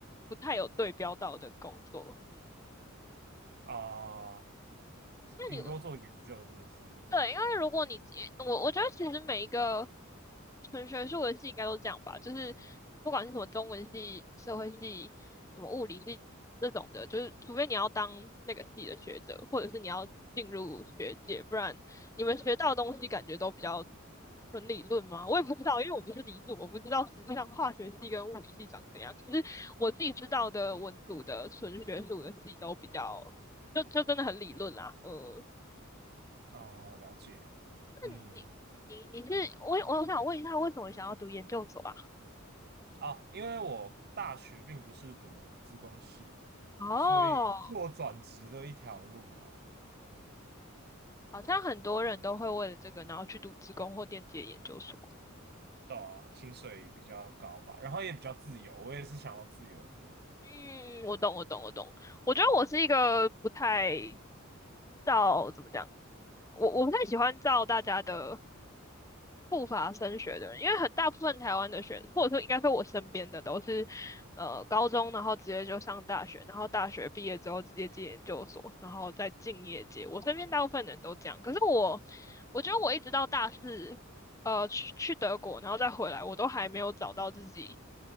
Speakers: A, on the left; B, on the right.
A: 不太有对标到的工作。嗯，
B: 啊，顶顶多做研究是不是？
A: 那你对，因为如果你我我觉得其实每一个纯学术的系应该都这样吧，就是不管是什么中文系、社会系、什么物理系这种的，就是除非你要当那个系的学者，或者是你要进入学界，不然你们学到的东西感觉都比较纯理论吗？我也不知道，因为我不是理组，我不知道实际上化学系跟物理系长怎样。可是我自己知道的文组的纯学术的系都比较，就就真的很理论啦，嗯。
B: 哦，了解，嗯。
A: 你你你是我我想问一下，为什么想要读研究所啊？
B: 啊，因为我大学并不是读资工系，
A: 哦，
B: 所以这是我转职的一条路啦。
A: 好像很多人都会为了这个，然后去读职工或电机的研究所。
B: 对啊，薪水比较高吧，然后也比较自由，我也是想要自由的人。
A: 嗯，我懂，我懂，我懂。我觉得我是一个不太照怎么讲，我我不太喜欢照大家的不乏升学的人，因为很大部分台湾的学，或者说应该说我身边的都是，呃，高中然后直接就上大学，然后大学毕业之后直接进研究所，然后再进业界。我身边大部分人都这样，可是我，我觉得我一直到大四，呃，去去德国，然后再回来，我都还没有找到自己